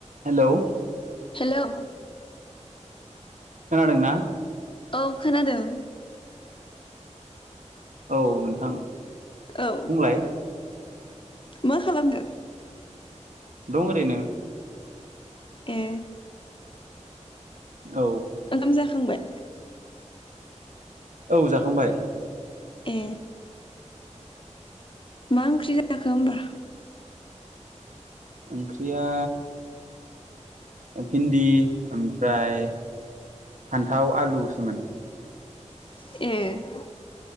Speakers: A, on the right (about 85°); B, on the left (about 45°).
A: हेलौ
B: हेलौ
A: खोनादों ना
B: औ खोनादों
A: औ नोंथां
B: औ
A: बुंलाय
B: मा खालामनो
A: दं ओरैनो
B: ए
A: औ
B: ओंखाम जाखांबाय
A: औ जाखांबाय
B: ए मा ओंख्रि जाखो होमबा
A: ओंख्रिया भिन्दि ओमफ्राय फान्थाव आलुसोमोन
B: ए